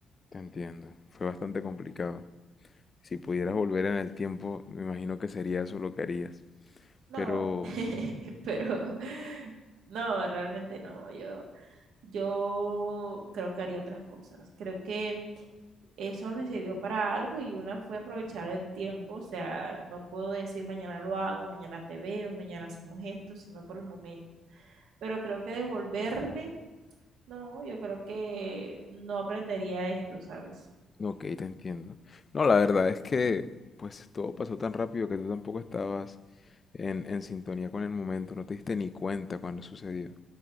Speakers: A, on the left; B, on the right.
A: te entiendo. Fue bastante complicado. Si pudieras volver en el tiempo, me imagino que sería eso lo que harías.
B: No,
A: Pero,
B: <laughs> pero no, realmente no. Yo, yo creo que haría otras cosas. Creo que eso me sirvió para algo y una fue aprovechar el tiempo. O sea, no puedo decir mañana lo hago, mañana te veo, mañana hacemos esto, sino por el momento. Pero creo que devolverme, no, yo creo que no aprendería esto, ¿sabes?
A: ok, te entiendo. No, la verdad es que, pues todo pasó tan rápido que tú tampoco estabas en, en sintonía con el momento, no te diste ni cuenta cuando sucedió.